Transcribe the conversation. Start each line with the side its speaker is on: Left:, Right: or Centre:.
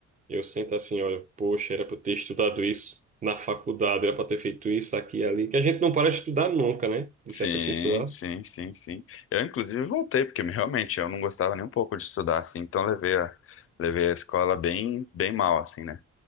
Right: eu sento assim, olha, poxa, era para eu ter estudado isso na faculdade, era para ter feito isso aqui e ali. Que a gente não para de estudar nunca, né? De
Left: Sim,
Right: se aperfeiçoar.
Left: sim, sim, sim. Eu, inclusive, voltei, porque realmente eu não gostava nem um pouco de estudar, assim. Então, levei a, levei a escola bem, bem mal, assim, né?